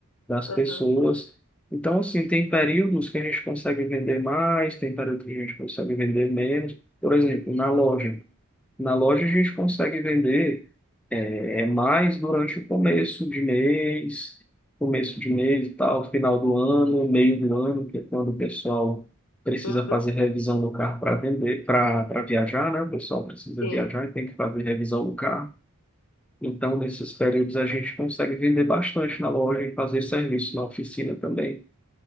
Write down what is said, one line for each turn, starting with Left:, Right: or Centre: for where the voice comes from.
Centre: das
Left: Uhum,
Centre: pessoas. Então, assim, tem períodos que a gente consegue vender mais, tem períodos que a gente consegue vender menos. Por exemplo, na loja. Na loja a gente consegue vender é, é mais durante o começo de mês, começo de mês e tal, final do ano, meio do ano, que é quando o pessoal precisa
Left: uhum,
Centre: fazer revisão do carro para vender, para para viajar, né? O pessoal precisa
Left: sim.
Centre: viajar e tem que fazer revisão do carro. Então, nesses períodos a gente consegue vender bastante na loja e fazer serviço na oficina também.